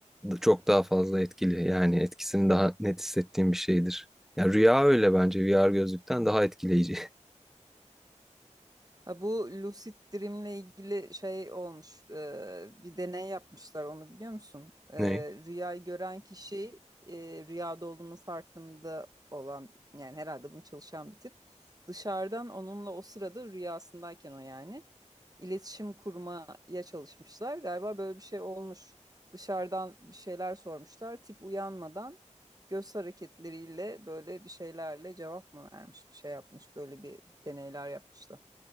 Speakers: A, in the centre; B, on the right.
A: çok daha fazla etkili. Yani etkisini daha net hissettiğim bir şeydir. Ya rüya öyle bence VR gözlükten daha etkileyici. <laughs>
B: Ha, bu lucid dream'le ilgili şey olmuş. e, bir deney yapmışlar onu biliyor musun? E,
A: Ne?
B: rüyayı gören kişi e, rüyada olduğunun farkında olan yani herhalde bunu çalışan bir tip. Dışarıdan onunla o sırada rüyasındayken o yani iletişim kurmaya çalışmışlar. Galiba böyle bir şey olmuş. Dışarıdan bir şeyler sormuşlar. Tip uyanmadan göz hareketleriyle böyle bir şeylerle cevap mı vermiş, bir şey yapmış. Böyle bir deneyler yapmışlar.